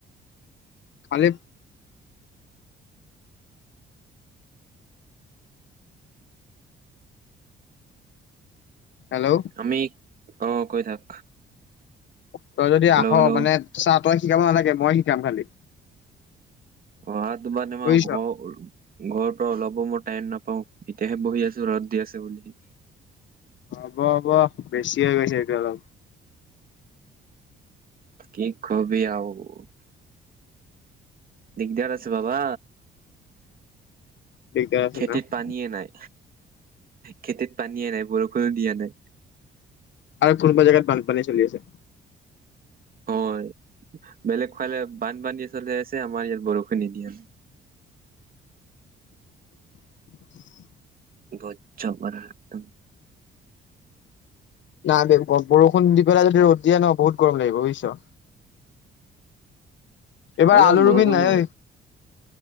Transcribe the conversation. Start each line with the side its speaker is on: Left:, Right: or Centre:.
Left: খালি হেল্ল'।
Right: আমি অ কৈ থাক।
Left: তই যদি
Right: হেল্ল'
Left: আহ
Right: হেল্ল'
Left: মানে চাহ তই শিকাব নালাগে মই শিকাম খালি।
Right: অহা তোমাৰ তোমা
Left: বুজিছ
Right: ঘৰ ঘৰ ত ওলপো মই টাইম নাপাও এতিয়াহে বহি আছো। যে ৰ'দ দি আছে বুলি।
Left: হ'ব হ'ব বেছিয়ে গৈছে এইটো অলপ।
Right: কি কবি আৰু। দিগদাৰ আছে বাবা।
Left: দিগদাৰ আছে
Right: খেতিত
Left: ন
Right: পানীয়েে নাই খেতিত পানীয়ে নাই বৰষুণো দিয়া নাই।
Left: আৰু কোনবা জেগাত বানপানী চলি আছে।
Right: হয় বেলেগ ফালে বানপানীয়ে চলি আছে আমাৰ ইয়াত বৰষুণ নিদিয়া। <inaudible>
Left: <inaudible>
Right: বহুত যোৰ বাধা একদম।
Left: নাই বৰষুণ দি পেলাই যদি ৰ'দ দিয়ে ন বহুত গৰম লাগিব বুজিছ। এইবাৰ
Right: হলেও
Left: আলু ৰুবি
Right: বৰষুণটো
Left: নাই
Right: হওঁক।
Left: ঐ